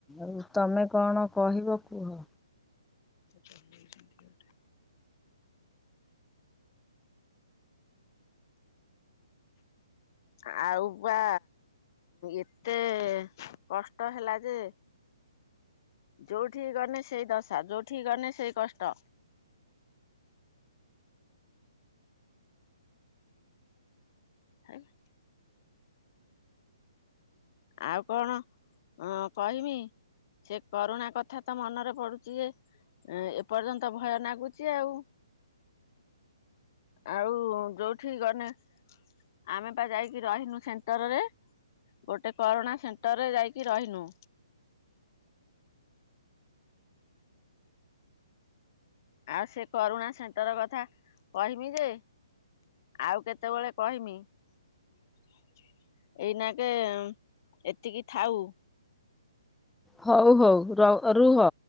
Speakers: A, in the centre; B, on the left.
A: ଆଉ ତମେ କଣ? କହିବ କୁହ।
B: ଚଲେଇଛନ୍ତି ଗୋଟେ। ହଁ ହ ଆଉ ବା ଏତେ ଏ କଷ୍ଟ ହେଲା ଯେ ଯୋଉଠିକି ଗଲେ ସେଇ ଦଶା ଯୋଉଠି ଗଲେ ସେଇ କଷ୍ଟ ହେଲା ଆଉ କଣ କହମି ସେ କରୁଣା କଥା ତ ମନରେ ପଡୁଛି ଯେ ଏପର୍ଯ୍ୟନ୍ତ ଭୟ ନାଗୁଛି ଆଉ ଆଉ ଯୋଉଠି ଗଲେ ଆମେ ବା ଯାଇକି ରହିନୁ ସେଣ୍ଟରରେ ଗୋଟେ ଗୋଟେ କରୋନା ସେଣ୍ଟରରେ ଯାଇକି ରହିନୁ। ଆଉ ସେ କରୁଣା ସେଣ୍ଟର କଥା କହମି ଯେ ଆଉ କେତେବେଳେ କହମି <inaudible> ଏଇନା କେ ଏତିକି ଥାଉ
A: ହଉ ହଉ ର ରୁହ।